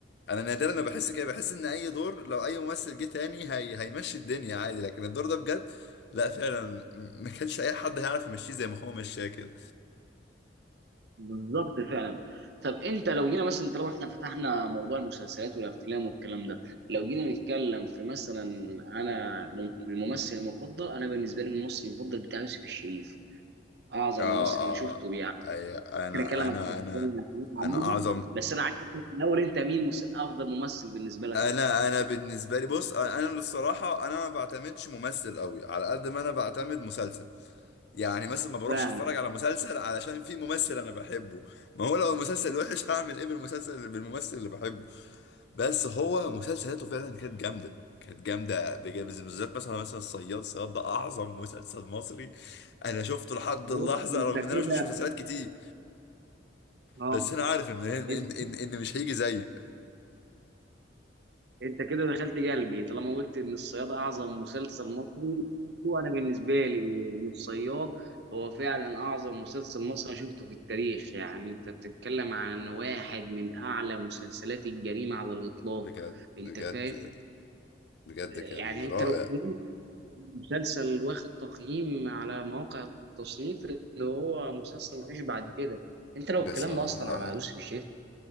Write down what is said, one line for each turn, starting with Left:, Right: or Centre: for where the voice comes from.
Left: انا نادرا ما بحس كده بحس ان اي دور لو اي ممثل جه تاني هي هيمشي الدنيا عادي لكن الدور ده بجد لا فعلا م- ما كانش اي حد هيعرف يمشيه زي ما هو مشاه كده
Right: بالظبط فعلا طب انت لو جينا مثلا طالما احنا فتحنا موضوع المسلسلات والافلام والكلام ده لو جينا نتكلم في مثلا انا مم- الممثل المفضل انا بالنسبه لي الممثل المفضل بتاع يوسف الشريف اعظم
Left: اه
Right: ممثل انا شفته
Left: اه
Right: بيع-
Left: أي انا
Right: ممكن اكلمك
Left: انا
Right: عن الأفلام
Left: انا
Right: اللي كانت عاملها
Left: انا اعظم
Right: بس انا عايز أعرف الاول انت مين مس- افضل ممثل بالنسبه لك
Left: انا انا بالنسبه لي بص انا أنا للصراحه انا ما بعتمدش ممثل قوي على قد ما انا بعتمد مسلسل يعني مثلا ما بروحش
Right: فاهم
Left: اتفرج على مسلسل علشان في ممثل انا بحبه ما هو لو المسلسل وحش <laughs> هعمل ايه بالمسلسل بالممثل اللي بحبه بس هو مسلسلاته فعلا كانت جامده كانت جامده بجد بالذات مثلا مثلا الصياد الصياد ده اعظم مسلسل مصري انا شفته لحد
Right: بص
Left: اللحظه
Right: انت
Left: رغم ان انا
Right: كده
Left: ما شفتش مسلسلات كتير
Right: اه
Left: بس انا عارف ان ان
Right: انت
Left: ان, إن مش هيجي زيه
Right: انت كده دخلت قلبي طالما قلت ان الصياد اعظم مسلسل مصري شفته انا بالنسبه لي إن الصياد هو فعلا اعظم مسلسل مصري شفته في التاريخ يعني انت بتتكلم عن واحد من اعلى مسلسلات الجريمه على الاطلاق
Left: بجد بجد
Right: انت فاهم
Left: بجد
Right: يعني
Left: كان رائع
Right: انت لو مسلسل واخد تقييم على مواقع التصنيف اللي هو مسلسل مفيش بعد كده انت لو
Left: بصراحة
Right: اتكلمنا اصلا على يوسف الشريف